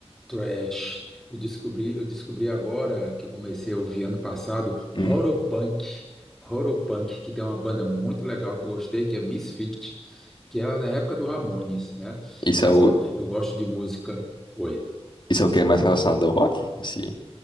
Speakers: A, in the centre; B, on the left.
A: thrash. Eu descobri, eu descobri agora, que eu comecei a ouvir ano passado,
B: hum.
A: Horopunk. Horopunk, que tem uma banda muito legal que eu gostei, que é Misfit, que era da época do Ramones, né?
B: Isso
A: Mas,
B: é o,
A: ó, eu gosto de música. Oi.
B: isso é o que é mais relacionado ao rock? Esse,